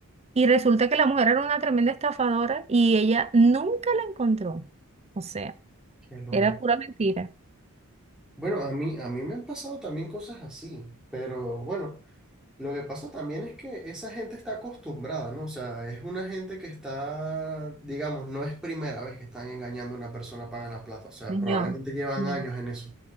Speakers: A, on the right (about 30°); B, in the centre.
A: y resulta que la mujer era una tremenda estafadora y ella nunca la encontró. O sea,
B: Que lo-
A: era pura mentira.
B: Bueno, a mí, a mí me han pasado también cosas así, pero bueno. Lo que pasa también es que esa gente está acostumbrada, ¿no? O sea, es una gente que está, digamos, no es primera vez que están engañando a una persona para ganar plata. O sea,
A: Señor,
B: Claro. probablemente llevan
A: señor.
B: años en eso.